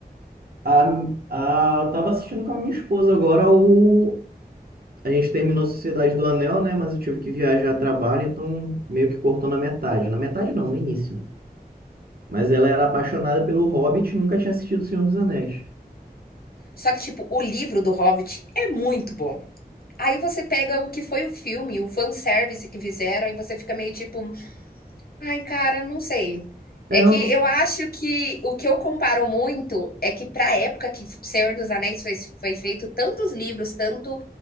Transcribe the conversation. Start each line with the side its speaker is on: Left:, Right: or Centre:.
Right: Ah, ah, eu tava assistindo com a minha esposa agora o. A gente terminou a Sociedade do Anel, né? Mas eu tive que viajar a trabalho, então meio que cortou na metade. Na metade não, no início, né? Mas ela era apaixonada pelo Hobbit e nunca tinha assistido O Senhor dos Anéis.
Left: Só que, tipo, o livro do Hobbit é muito bom. Aí você pega o que foi o filme, o fanservice que fizeram, e você fica meio tipo, Ai, cara, eu não sei.
Right: É,
Left: É
Right: eu,
Left: que
Right: não-
Left: eu acho que o que eu comparo muito é que para a época que Senhor dos Anéis foi, foi feito tantos livros, tanto